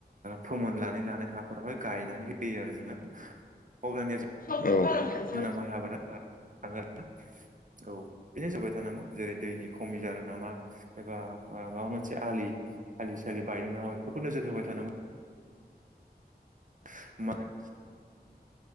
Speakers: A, on the right; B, on the left.
A: फोमोन नानै लानाय हाफोरावहाय गायनानै होयो आरो जोङो अब्लानिया जोङो
B: नोंस्रावबो बानायखानोसै
A: जोंना माइ आबादा थाङो आरोना औ बिनो सोबाय थानांगौ जेरै दैनि खमि जादों नामा एबा माबा मोनसे आलि आालिसाालि बायदों नामा बेफोरखौ नोजोर होबाय थानांगौ।
B: <inaudible>
A: <unintelligible>